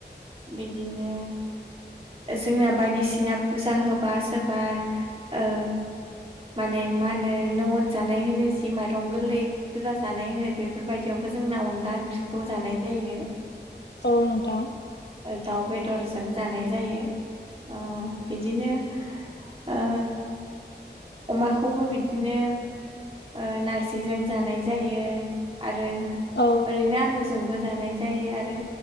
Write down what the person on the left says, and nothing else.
औ नोंथां
औ